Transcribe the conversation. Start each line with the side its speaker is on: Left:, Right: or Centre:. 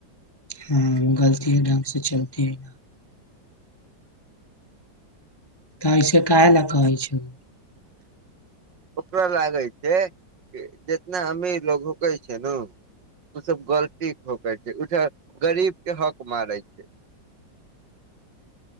Left: हाँ गलतिये ढंग से चलतीये। <unintelligible> के काए ला कहै छु।
Right: ओकरा लागै छै कि जेतना अमीर लोग होके छैनु। उ सब गलती के होके छै। त गरीब के हक मारै छै।